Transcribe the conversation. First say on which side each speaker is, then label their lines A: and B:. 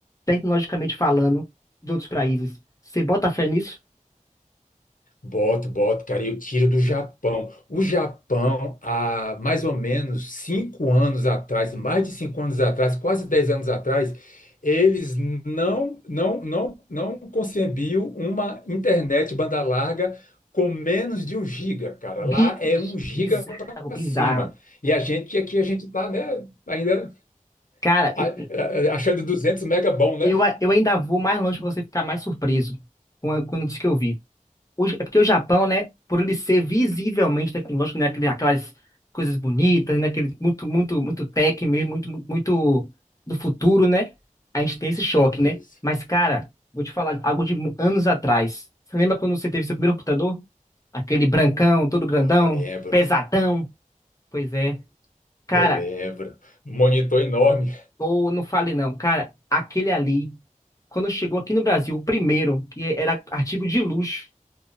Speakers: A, on the left (about 25°); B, on the left (about 75°).
A: tecnologicamente falando, dos outros países. Você bota fé nisso?
B: Boto, boto, cara, e eu tiro do Japão. O Japão, há mais ou menos cinco anos atrás, mais de cinco anos atrás, quase dez anos atrás, eles não, não, não, não concebiam uma internet banda larga com menos de um giga, cara.
A: Bi-
B: Lá é um giga
A: Bizarro,
B: para
A: bizarro.
B: cima. E a gente aqui a gente tá, né? Ainda
A: Cara,
B: a-
A: eu,
B: a- achando duzentos mega bom, né?
A: eu eu ainda vou mais longe pra você ficar mais surpreso com a- quando diz que eu vi. O- é porque o Japão, né, por ele ser visivelmente tecnológico, né, aquele- aquelas coisas bonitas, né, aquele muito, muito, muito tech mesmo, muito, muito, muito do futuro, né, a gente tem esse choque,
B: Isso.
A: né? Mas, cara, vou te falar algo de mu- anos atrás. Você lembra quando você teve seu primeiro computador? Aquele brancão, todo grandão,
B: Ah, lembro.
A: pesadão? Pois é. Cara,
B: Eu lembro. Monitor enorme.
A: ou não fale não, cara, aquele ali, quando chegou aqui no Brasil, o primeiro, que era artigo de luxo,